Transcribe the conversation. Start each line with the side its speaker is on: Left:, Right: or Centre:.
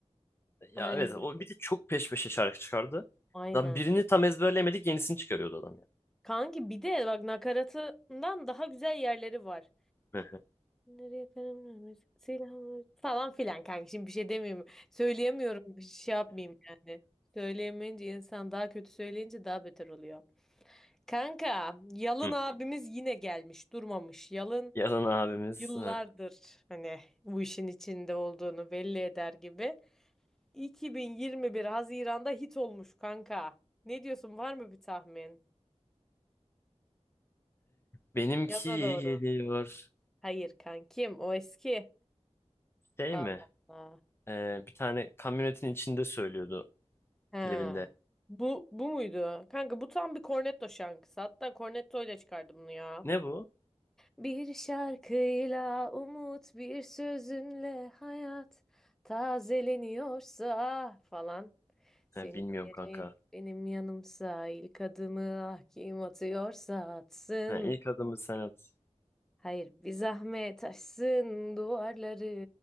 Left: Ya
Centre: Aynen
Left: evet o bir de çok peş peşe şarkı çıkardı.
Centre: aynen.
Left: Lan birini tam ezberleyemedik yenisini çıkarıyordu adam
Centre: Kanki bir de bak nakaratından daha güzel yerleri var.
Left: ya.
Centre: Nereye karar vermez. Silahımı falan filan kanka. Şimdi bir şey demiyorum. Söyleyemiyorum. Bir şey yapmayayım yani. Söyleyemeyince insan daha kötü söyleyince daha beter oluyor. Kanka, Yalın
Left: <laughs>
Centre: abimiz yine gelmiş, durmamış. Yalın
Left: Yalan abimiz.
Centre: yıllardır
Left: Heh.
Centre: hani bu işin içinde olduğunu belli eder gibi. 2021 Haziran'da hit olmuş kanka. Ne diyorsun? Var mı bir tahmin?
Left: Benimki
Centre: Yaza doğru.
Left: geliyor.
Centre: Hayır kankim, o eski.
Left: Şey
Centre: Allah
Left: mi?
Centre: Allah.
Left: Ee, bir tane kamyonetin içinde söylüyordu
Centre: He.
Left: klibinde.
Centre: Bu bu muydu? Kanka bu tam bir Cornetto şarkısı. Hatta Cornetto ile çıkardı bunu ya.
Left: Ne bu?
Centre: Bir şarkıyla umut, bir sözünle hayat tazeleniyorsa falan. Senin
Left: Ha, bilmiyorum
Centre: yerin
Left: kanka.
Centre: benim yanımsa ilk adımı ah kim atıyorsa atsın.
Left: Ha, ilk adımı sen at.
Centre: Hayır bir zahmet aşsın duvarları